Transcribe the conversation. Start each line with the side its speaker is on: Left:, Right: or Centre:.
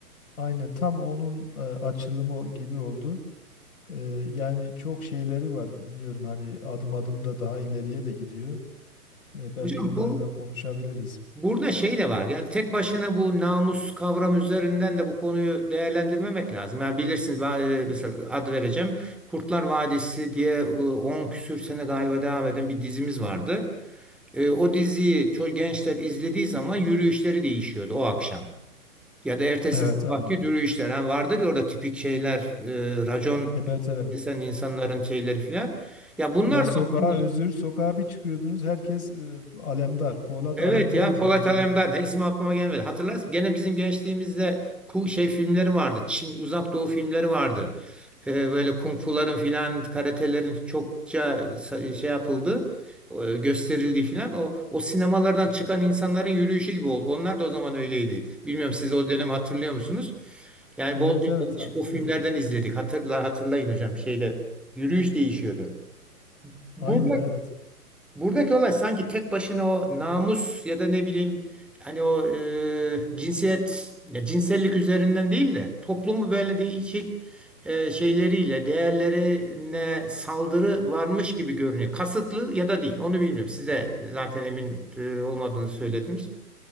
Left: aynen tam onun e, açılımı o gibi oldu. E, yani çok şeyleri var. Bilmiyorum hani adım adım da daha ileriye de gidiyor. E, belki
Centre: Hocam
Left: onları
Centre: bu
Left: da konuşabiliriz.
Centre: Burada şey de var yani tek başına bu namus kavramı üzerinden de bu konuyu değerlendirmemek lazım. Yani bilirsiniz ben, e, mesela ad vereceğim Kurtlar Vadisi diye 10 küsür sene galiba devam eden bir dizimiz vardı. E, o diziyi çok gençler izlediği zaman yürüyüşleri değişiyordu o akşam. Ya da ertesi
Left: Evet
Centre: sabahki
Left: aynen.
Centre: yürüyüşler. Yani vardır ya orada tipik şeyler, e, racon
Left: Evet evet.
Centre: kesen insanların şeyleri filan. Ya bunlar
Left: Ya sokağa
Centre: da aslında
Left: özür, sokağa bir çıkıyordunuz herkes e, alemdar. Polat
Centre: Evet
Left: alemdar
Centre: ya
Left: mıydı
Centre: Polat
Left: neydi?
Centre: Alemdar Ha, ismi aklıma gelmedi. Hatırlarsın gene bizim gençliğimizde ku şey filmleri vardı. Çin Uzak Doğu filmleri vardı. Ee, böyle kung fuların filan karatelerin çokça sa- şey yapıldı. e, gösterildiği filan o o sinemalardan çıkan insanların yürüyüşü gibi oldu. Onlar da o zaman öyleydi. Bilmiyorum siz o dönemi hatırlıyor musunuz? Yani
Left: Evet
Centre: bolca
Left: evet
Centre: o,
Left: hatırlıyorum.
Centre: o filmlerden izledik. Hatırla hatırlayın hocam şeyde yürüyüş değişiyordu. Burada
Left: Aynen evet.
Centre: Buradaki olay sanki tek başına o namus ya da ne bileyim hani o e, cinsiyet ya cinsellik üzerinden değil de toplumu böyle değişik e, şeyleriyle değerlerine saldırı varmış gibi görünüyor. Kasıtlı ya da değil onu bilmiyorum. Siz de zaten emin e, olmadığını söylediniz.